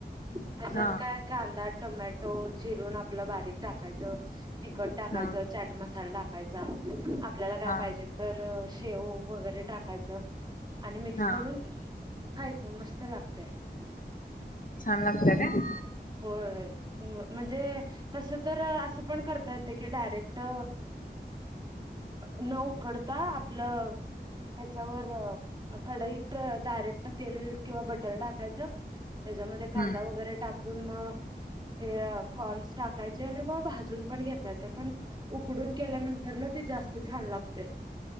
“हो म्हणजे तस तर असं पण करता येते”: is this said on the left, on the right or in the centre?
Right